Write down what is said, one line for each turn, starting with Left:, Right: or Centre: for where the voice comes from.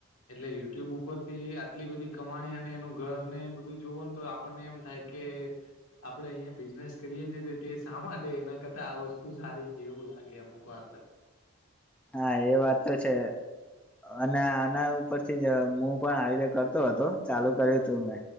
Left: એટલે યુટ્યુબ ઉપર થી આટલી બધી કમાણી અને એનું ઘર ને બધું જોવ ને તો આપણને એમ થાય કે આપડણે અહિયાં બિઝનેસ કરીએ છીએ તો તે શા માટે એના કરતા આ વસ્તુ સારી છે એવું લાગે અમુક વા
Centre: હા એ વાત તો છે અને આના ઉપરથી જ હું પણ આવી રીતે કરતો હતો ચાલુ કર્યું હતું મેં